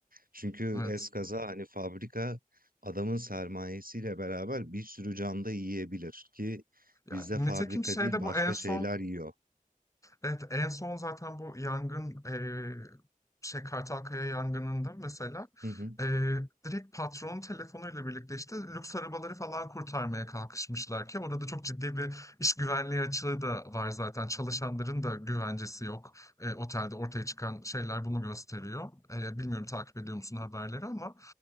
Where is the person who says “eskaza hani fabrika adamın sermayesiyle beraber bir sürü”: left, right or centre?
Right